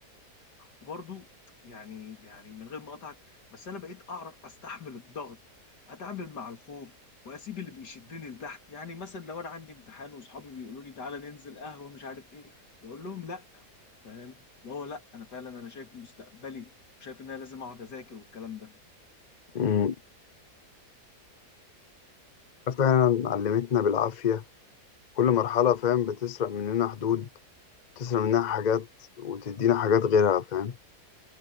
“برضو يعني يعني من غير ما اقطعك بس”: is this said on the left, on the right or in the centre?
Left